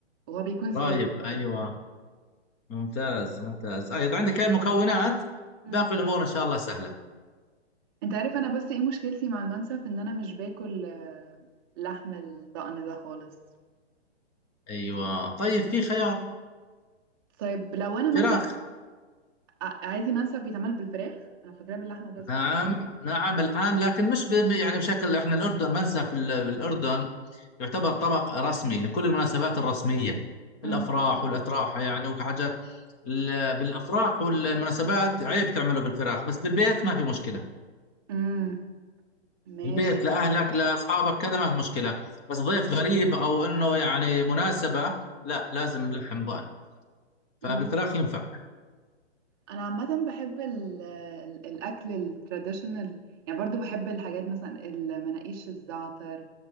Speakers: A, on the right (about 20°); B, on the left (about 20°).
A: وهو بيكون سايب
B: رايب ايوه
A: كده فعلا
B: ممتاز ممتاز ايوه عندك هاي المكونات
A: مم.
B: باقي الامور ان شاء الله سهله
A: انت عارف أنا بس ايه مشكلتي مع المنسف إن أنا مش باكل آه، لحم الضأن ده خالص
B: ايوه طيب في خيار
A: طيب لو أنا
B: فراخ
A: مثلا ع- عايزي منسف بيتعمل بالفراخ انا فاكراه باللحمه بس
B: نعم نعم الان لكن مش ب- يعني بشكل احنا الاردن ما ننسى في ال- في الاردن يعتبر طبق رسمي لكل المناسبات الرسمية
A: مم.
B: الأفراح والأتراح يعني وحاجات ال- بالأفراح والمناسبات عيب تعمله بالفراخ بس بالبيت ما في مشكلة
A: امم ماشي
B: بالبيت لأهلك لأصحابك كذا ما في مشكلة بس ضيف
A: مم.
B: غريب أو إنه يعني مناسبة لا لازم لحم ضاني فبالفراخ
A: مم.
B: ينفع
A: انا عامه بحب ال ال الاكل التراديشنال يعني برضو بحب الحاجات مثلا المناقيش الزعتر